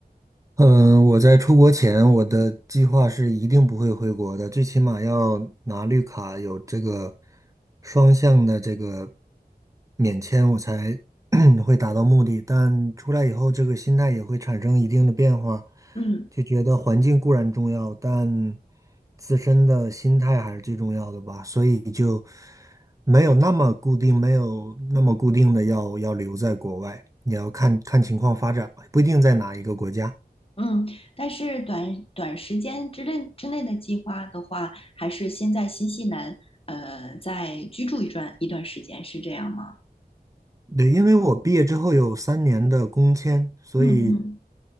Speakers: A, on the right; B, on the left.
A: 嗯，我在出国前，我的计划是一定不会回国的，最起码要拿绿卡，有这个双向的这个免签，我才 <clears throat> 会达到目的。但出来以后，这个心态也会产生一定的变化，
B: 嗯
A: 就觉得环境固然重要，但自身的心态还是最重要的吧。所以就没有那么固定，没有那么固定的要要留在国外，也要看看情况发展吧，不一定在哪一个国家。
B: 嗯，但是短短时间之内之内的计划的话，还是先在新西兰呃再居住一段一段时间，是这样吗？
A: 对，因为我毕业之后有三年的工签，所以
B: 嗯嗯